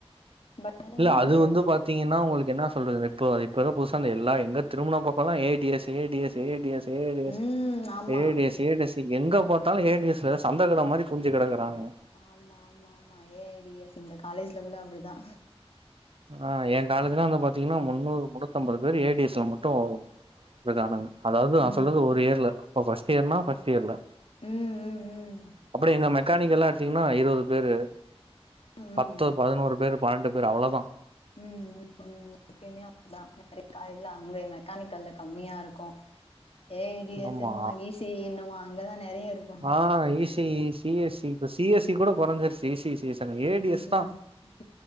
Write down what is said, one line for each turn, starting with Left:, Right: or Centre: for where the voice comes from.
Left: பட் வந்து
Right: இல்ல
Left: என்ன
Right: அது
Left: சொல்றது
Right: வந்து பாத்தீங்கன்னா உங்களுக்கு என்னா சொல்றது இப்போ இப்ப எதோ புதுசா அந்த எல்லா எங்க திரும்பன பக்கோலா A D S A D S A D S A D S
Left: ம் ஆமா
Right: ஏ D S A D S எங்க பாத்தாலு ஏ டி எஸ்ல சந்தகட மாரி குமிஞ்சி கெடக்குறானுங்க
Left: ஆமா ஆமா ஆமா ஏ ஐ டி எஸ் எங்க காலேஜ்லகுள்ள அப்படிதா
Right: ஆ எ காலேஜ்லா வந்து பாத்திங்கன்னா முன்னூறு முன்னூத்தம்பது பேரு ஏ டி எஸ்ல மட்டு <unintelligible> அதாவது நா
Left: ம்
Right: சொல்றது ஒரு இயர்ல அப்ப ஃபஸ்ட் இயர்னா ஃபஸ்ட் இயர்ல
Left: ம் ம் ம்
Right: அப்படி எங்க மெக்கானிக்க எல்லா எடுத்திங்கன்னா இருவது பேரு
Left: ம்
Right: பத்து பதுனோரு பேரு பன்னெண்டு பேரு அவ்வளதா
Left: ம் ம் <inaudible> எப்பயுமே அப்படித்தா <inaudible> அங்கே மெக்கானிக்கல்ல கம்மியா இருக்கு ஏ ஐ டி எஸ்
Right: ஆமா
Left: என்னவா ஈ சி ஈ என்னுவா அங்கதா நெறைய இருக்கு
Right: ஆ E C E C S C C S C கூட கொறஞ்சிருச்சி ஈ சி சி எஸ் னு ஏ டி
Left: ம்
Right: எஸ் தா
Left: ம் <unintelligible>